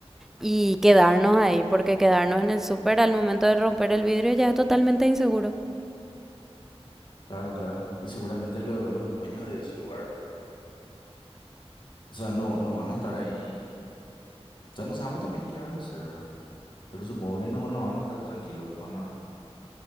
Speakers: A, in the centre; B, on the left.
A: y quedarnos ahí, porque quedarnos en el súper al momento de romper el vidrio ya es totalmente inseguro.
B: Claro, claro. Y seguramente lo- los dueños de ese lugar, o sea, no, no van a estar ahí. O sea, no sabemos también qué van a hacer, ¿verdad? Pero supongo que no, no van a estar tranquilos. van a